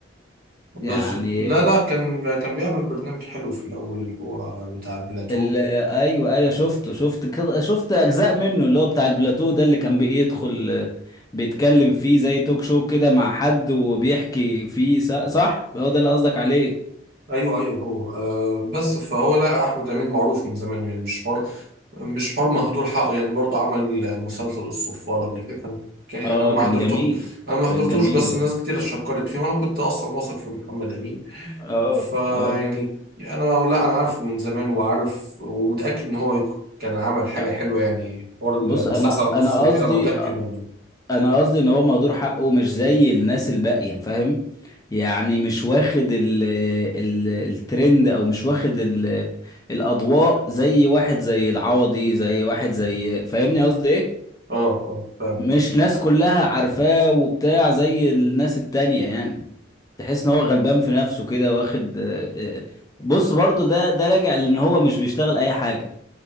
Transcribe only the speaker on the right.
بس لا لا كان كان بيعمل برنامج حلو في الاول هو بتاع بلاتو
ايوه ايوه هو آه بس فهو لا احمد امين معروف من زمان يعني مش حر مش حر مهدور حقه يعني برضه عمل مسلسل الصفاره قبل كده كان كان- يعني
انا ما
حضرته
انا ما حضرتوش
بس
الناس كتير شكرت فيه وانا كنت اصلا واثق في محمد امين
فيعني
انا لا انا عارفه من زمان وعارف ومتاكد ان هو كان عمل حاجه
حلوه يعني حوار المسلسل
النص
وكده
انا متاكد منه
اه اه فاهم